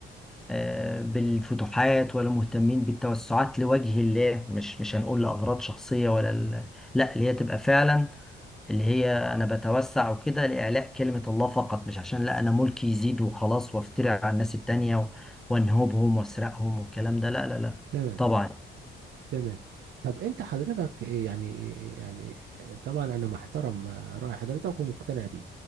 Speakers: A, in the centre; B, on the right (about 75°).
A: آه، بالفتوحات ولا مهتمين بالتوسعات لوجه الله مش مش هنقول لأغراض شخصية ولا ال... لا اللي هي تبقى فعلا اللي هي أنا بتوسع وكده لإعلاء كلمة الله فقط مش عشان لا أنا ملكي يزيد وخلاص وأفترع على الناس التانية و... وأنهبهم وأسرقهم والكلام ده لا لا لا
B: تمام
A: طبعا
B: تمام طب انت حضرتك إيه يعني إيه يعني طبعا انا محترم رأي حضرتك ومقتنع بيه